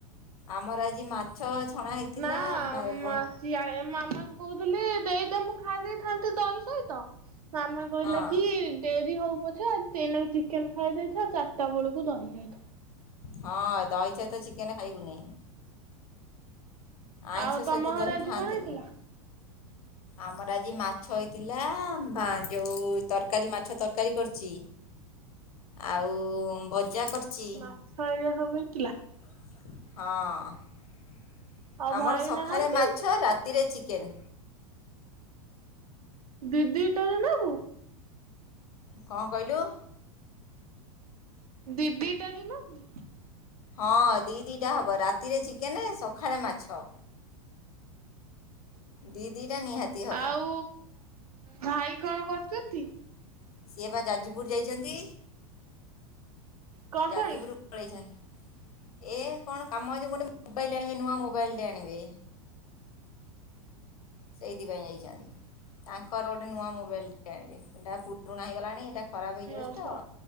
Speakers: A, on the left; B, on the right.
A: ଆମର ଆଜି ମାଛ। ଛଣା ହେଇଥିଲା
B: ନା
A: ଭା-
B: ମାମାଙ୍କୁ
A: ବ-
B: କହୁଥିଲି ଦେଇ ଦେମୁ। ଖାଇ ଦେଇେଇଥାନ୍ତୁ ଦହି ସହିତ। ମାମା କହିଲା
A: ହଁ
B: କି ଡେରି ହଉ ପଛେ ଆ। ଦିନରେ ଚିକେନ ଖାଇ ଦେଇଥା ଚାରିଟା ବେଳକୁ ଦହିଖାଇବୁ
A: ହଁ ଦହି ସହିତ ଚିକେନ ଖାଇବୁନି। ଆଇଁଷ
B: ଆଉ ତମ
A: ସହିତ
B: ଘରେ
A: ଦହି
B: ଆଜି
A: ଖାଆନ୍ତିନି
B: କଣ ହେଇଥିଲା?
A: ଆମର ଆ- ଆଜି ମାଛ ହେଇଥିଲା ଯେଉଁ ତରକାରୀ ମାଛ ତରକାରୀ କରିଛି। ଆଉ। ଭଜା କରିଛି
B: ମାଛ ହେରିକା ସବୁ ମିଳି ଥିଲା।
A: ହଁ।
B: ଆଉ
A: ଆମର
B: ଭାଇ
A: ସକାଳେ
B: ନାହାନ୍ତି?
A: ମାଛ ରାତିରେ ଚିକେନ୍।
B: ଦି ଦିଟାରେ ନେବୁ।
A: କଣ କହିଲୁ?
B: ଦି ଦିଇଟାରେ ନବୁ।
A: ହଁ ଦି ଦିଟା ହବ ରାତିରେ ଚିକେନ ସକାଳେ ମାଛ। ଦ ଦିଟା ନିହାତି ହବ।
B: ଆଉ ଭାଇ କଣ କରୁଛନ୍ତି?
A: ସିଏ ବା ଯାଜପୁର ଯାଇଛନ୍ତି।
B: କଣ
A: ଯାଜପୁର
B: ପାଇଁ?
A: ପଳେଇଛନ୍ତି। ଏ କଣ କାମ ଅଛି ଗୋଟେ ମୋବାଇଲ ଆଣିବେ ନୂଆ ମୋବାଇଲଟେ ଆଣିବେ। ସେଇଥିପାଇଁ ଯାଇଛନ୍ତି ତାଙ୍କର ଗୋଟେ ନୂଆ ମୋବାଇଲ ଟେ ଆଣିବେ। ଏଟା ପୁରୁଣା ହେଇଗଲାଣିଟା। ଖରାପ ହେଇଯାଉଛି
B: ଓହୋ
A: ତ।